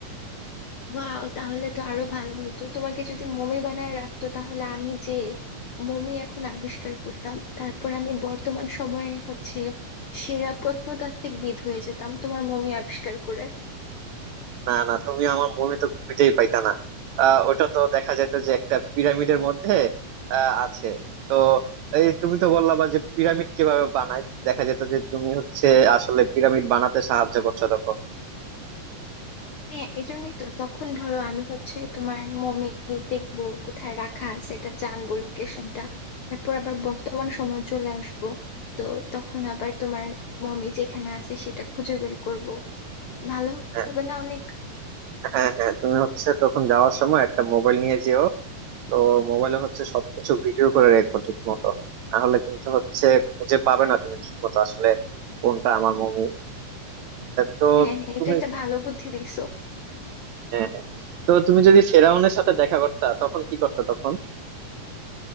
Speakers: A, on the left; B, on the right.
A: ওয়াও তাহলে তো আরো ভালো হতো তোমাকে যদি মমি বানায় রাখতো তাহলে আমি যে মমি এখন আবিষ্কার করতাম তারপর আমি বর্তমান সময়ে হচ্ছে সেরা প্রত্নতাত্ত্বিক বিদ হয়ে যেতাম তোমার মমি আবিষ্কার করে
B: না না তুমি আমার মমি তো খুঁজেই পাইতা না আহ ওটা তো দেখা যাইতো যে একটা পিরামিডের মধ্যে আহ আছে তো এই তুমি তো বললা বা যে পিরামিড কিভাবে বানায় দেখা যেত যে তুমি হচ্ছে আসলে পিরামিড বানাতে সাহায্য করছো তখন
A: হ্যাঁ এই জন্যই তো তখন ধরো আমি হচ্ছে তোমার মমি দেখবো কোথায় রাখা আছে এটা জানবো লোকেশনটা তারপর আবার বর্তমান সময় চলে আসবো তো তখন আবার তোমার মমি যেখানে আছে সেটা খুঁজে বের করব ভালো
B: হ্যাঁ
A: হবে না অনেক
B: হ্যাঁ হ্যাঁ, তুমি হচ্ছে তখন যাওয়ার সময় একটা মোবাইল নিয়ে যেও তো মোবাইলে হচ্ছে সবকিছু ভিডিও করে রেখো ঠিক মতো তাহলে কিন্তু হচ্ছে খুঁজে পাবে না তুমি ঠিক মতো আসলে কোনটা আমার মুভি তো
A: হ্যাঁ হ্যাঁ
B: তুমি
A: এটা একটা ভালো বুদ্ধি দিছো
B: হ্যাঁ হ্যাঁ তো তুমি যদি ফেরাউনের সাথে দেখা করতা তখন কি করতে তখন